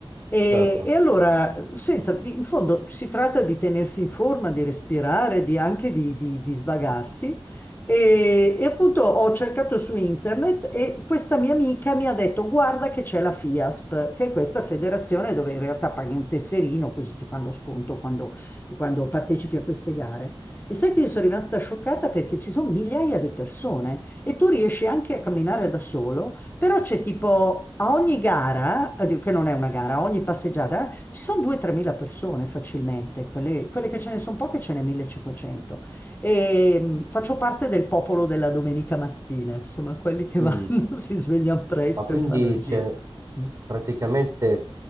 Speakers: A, on the left; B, on the right.
A: E,
B: Certo.
A: e allora, senza- in fondo si tratta di tenersi in forma, di respirare, di anche di, di- di svagarsi. E, e appunto ho cercato su internet e questa mia amica mi ha detto: Guarda che c'è la FIASP, che è questa federazione dove in realtà paghi un tesserino così ti fanno sconto quando, quando partecipi a queste gare. E sai che io sono rimasta scioccata perché ci sono migliaia di persone e tu riesci anche a camminare da solo. Però c'è tipo a ogni gara, eh, che non è una gara, a ogni passeggiata, eh, ci sono 2-3 persone facilmente, quelle, quelle che ce ne sono poche ce ne 1500. E mh, faccio parte del popolo della domenica mattina, insomma, quelli che
B: Mm.
A: vanno, <laughs> si svegliano presto
B: Ma quindi
A: e fanno il giro.
B: cioè,
A: Mm.
B: praticamente